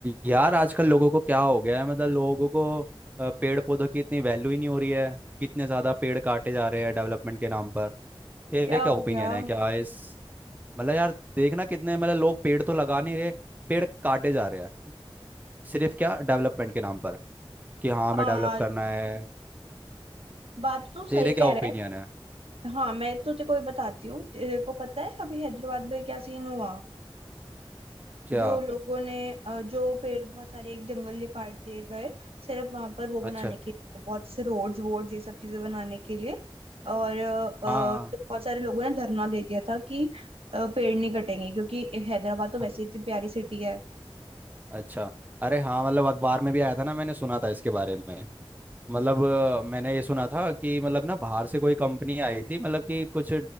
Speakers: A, on the right (about 15°); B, on the right (about 80°).
A: यार आजकल लोगों को क्या हो गया है मतलब लोगों को अ, पेड़ पौधों की इतनी वैल्यू ही नहीं हो रही है कितने ज्यादा पेड़ काटे जा रहे हैं डेवलपमेंट के नाम पर तेरे
B: क्या
A: क्या
B: हो
A: ओपिनियन
B: गया
A: है क्या इस मतलब यार देखना कितने मतलब लोग पेड़ तो लगा नहीं रहे पेड़ काटे जा रहे हैं सिर्फ क्या डेवलपमेंट के नाम पर कि हाँ हमें
B: हाँ
A: डेवलप करना है
B: बात तो
A: तेरे
B: सही
A: क्या
B: कह
A: ओपिनियन
B: रहे
A: है
B: है हाँ मैं तो तेरे को ये बताती हूँ तेरे को पता है अभी हैदराबाद में क्या सीन हुआ
A: क्या
B: जो लोगों ने अ, जो पेड़ बहुत सारे एक जंगल ये काट दिए गए सिर्फ वहां पर वो बनाने
A: अच्छा
B: के लिए बहुत से रोड्स वोड्स ये सब चीजें बनाने के लिए और अ, अ,
A: हाँ
B: बहुत सारे लोगों ने धरना दे दिया था कि अ, पेड़ नहीं कटेंगे क्योंकि एक हैदराबाद तो वैसे
A: हाँ,
B: ही इतनी प्यारी सिटी है
A: अच्छा अरे हाँ मतलब अखबार में भी आया था ना मैंने सुना था इसके बारे में मतलब अ, मैंने ये सुना था कि मतलब ना बाहर से कोई कंपनी आई थी मतलब कि कुछ